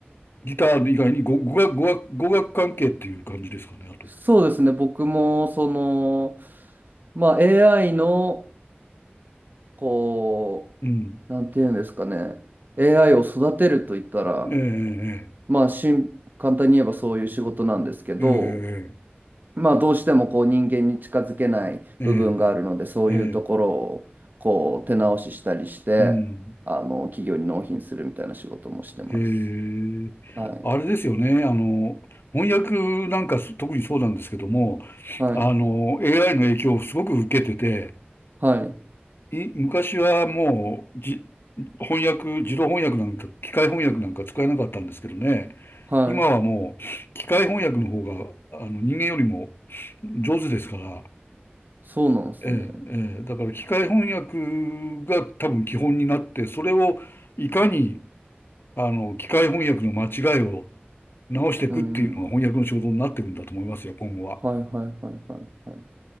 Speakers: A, on the left; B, on the right.
A: ギター以外に語、語学、語学、語学関係っていう感じですかね、あと。
B: そうですね。僕もその、まあ AI のこ
A: うん。
B: う、なんていうんですかね。AI を育てると言ったら、
A: ええ、
B: まあしん、簡単に言えばそういう仕事なんですけど、
A: ええ、
B: まあ、どうしてもこう人間に近づけない部分があるので、
A: ええ、
B: そういうところをこう手直ししたりして、
A: ええ、ええうん。
B: あの企業に納品するみたいな仕事もしてます。
A: ええ。
B: はい。
A: あれですよね、あの、翻訳なんかす特にそうなんですけども、
B: はい。
A: あの、AI の影響をすごく受けてて、
B: はい。
A: い、昔はもう、じ、翻訳、自動翻訳なんか、機械翻訳なんか使えなかったんですけどね、
B: はい。
A: 今はもう、機械翻訳の方が、あの、人間よりも上手ですから、
B: そうなんですね。
A: ええ、ええ、だから機械翻訳が多分基本になって、それをいかにあの機械翻訳の間違いを直していくっていうのが翻訳の仕事になっていくんだと思いますよ、
B: うん。
A: 今後は。
B: はいはいはいはいはい。